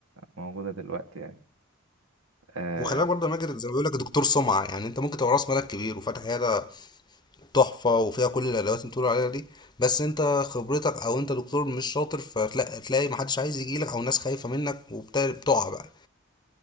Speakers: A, on the right; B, on the left.
A: موجودة دلوقتي يعني آه
B: وخلي بالك برضه يا ماجد زي ما بيقول لك دكتور سمعه يعني انت ممكن تبقى راس مالك كبير وفاتح عياده تحفه وفيها كل الادوات اللي بتقول عليها دي بس انت خبرتك او انت دكتور مش شاطر فتلاقي تلاقي محدش عايز يجيلك او ناس خايفه منك وبتقع بقى